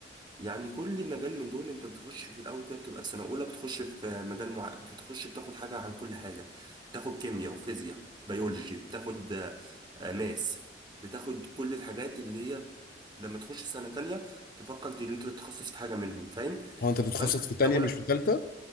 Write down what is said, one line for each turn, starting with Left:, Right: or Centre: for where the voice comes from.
Right: يعني كل مجال من دول انت بتخش في الاول كده بتبقى في سنه اولى بتخش في مجال مع... بتخش بتاخد حاجه عن كل حاجه بتاخد كيمياء وفيزياء بيولوجي بتاخد آه، آه، ماس بتاخد كل الحاجات اللي هي لما تخش سنه تانية تفكر ان انت تتخصص في حاجه منهم فاهم
Left: هو انت بتتخصص
Right: فانت في
Left: في تانية
Right: سنه اولى
Left: مش في تالتة